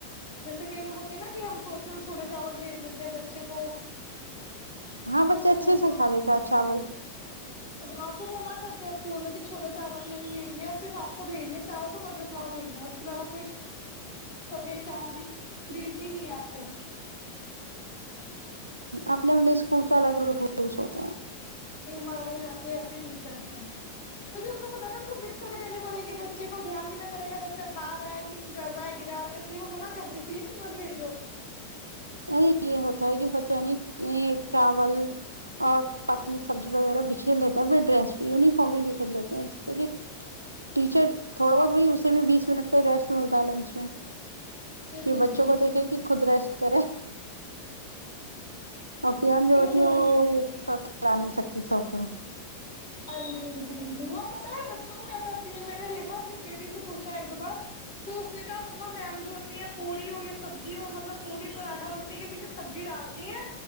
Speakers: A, on the left; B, on the right.
A: جیسے کئی لو ہوتے نا کہ ہم سوچ چھولے چاول بھیج دیتے ہیں بچے کو
B: ہاں
A: تو
B: بچے
A: وہ
B: اچھے
A: منع
B: سے کھا لیتا چاول
A: ہاں تو منع کرتے ہیں اسکول میں کہ چھولے چاول نہیں بھیجنے صرف آپ کو بھیجنے ہے چاول تو مٹر پلاؤ بھیجنا ہے اس کے علاوہ کوئی سفید چاول بھی بھیجنے ہی نہیں ہے آپ کو
B: اپنے اپنے اسکول کے الگ الگ رولس ہوتے ہیں
A: جی ہمارے یہاں کے ایسے ٹیچرس ہیں پھر ان کو پتا نا ان کو مکس کر کے دینے پڑیں گے بچے کو دھیان دینا پڑے گا بچہ کھ رہا ہے مکس کر رہا ہے گرا رہا ہے اس لیے وہ منع کر دیتی ہے کہ من بھیجو
B: ارے یہ ہوتا ہے کہ بچہ ن چاول اور پتلی سبزی وغیرہ بکھیر لیتا ہے اپنے ڈریس یونیفارم بھی بکھیر لیتے ہیں جس سے کہ ٹیچر تھوڑا بہت وہی اسے بھی بیس منٹ کا ریسٹ ملتا ہے لنچ میں
A: جی
B: پھر بچوں
A: جی
B: کو دیکھے کہ خود رست اور پان جو
A: بالکل
B: ہوتی ہے
A: منع
B: وہ
A: کر
B: وہیے
A: دیتی ہے
B: سکتی سو کو
A: ہاں جی ہاں جی وہ پتا ہے بچوں کو کیا کرتی ہے میں نے دیکھا اپنی بیٹی سے پوچھا ایک دو بار تو اس نے کہا ما میم جو ہوتی ہے پوڑی ہو یا سبزی ہو مطلب پوڑی پراٹھا روٹی کے بیچ سبزی ڈالتی ہے